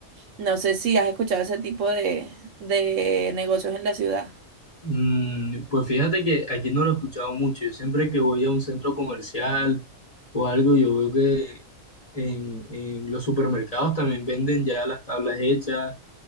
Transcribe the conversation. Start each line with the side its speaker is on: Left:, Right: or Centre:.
Right: No sé si has escuchado ese tipo de, de negocios en la ciudad.
Left: Mm, pues fíjate que aquí no lo he escuchado mucho. Yo siempre que voy a un centro comercial o algo, yo veo que en, en los supermercados también venden ya las tablas hechas,